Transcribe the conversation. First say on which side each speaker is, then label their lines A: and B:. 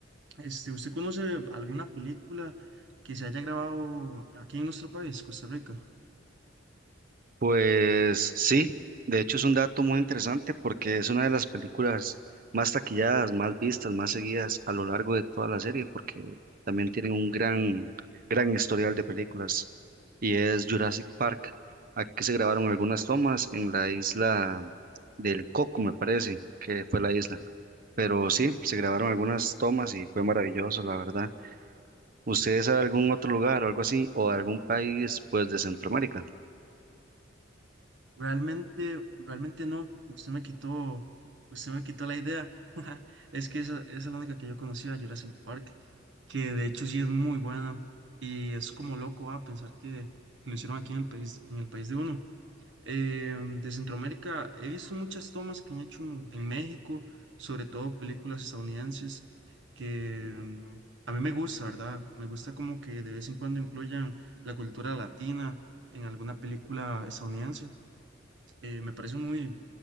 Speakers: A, on the right (about 65°); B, on the right (about 45°).
A: este, ¿usted conoce alguna película que se haya grabado aquí en nuestro país, Costa Rica?
B: Pues sí, de hecho es un dato muy interesante porque es una de las películas más taquilladas, más vistas, más seguidas a lo largo de toda la serie, porque también tienen un gran, gran historial de películas y es Jurassic Park. Aquí se grabaron algunas tomas en la isla del Coco, me parece, que fue la isla. Pero sí, se grabaron algunas tomas y fue maravilloso, la verdad. ¿Ustedes saben algún otro lugar o algo así, o algún país, pues, de Centroamérica?
A: Realmente, realmente no. Usted me quitó, usted me quitó la idea. <laughs> Es que esa, esa es la única que yo conocía, Jurassic Park, que de hecho sí es muy buena. Y es como loco, a pensar que, que lo hicieron aquí en el país, en el país de uno. Em, de Centroamérica he visto muchas tomas que han hecho en en México, sobre todo películas estadounidenses, que em, a mí me gusta, ¿verdad? Me gusta como que de vez en cuando incluyan la cultura latina en alguna película estadounidense. Eh, me parece muy,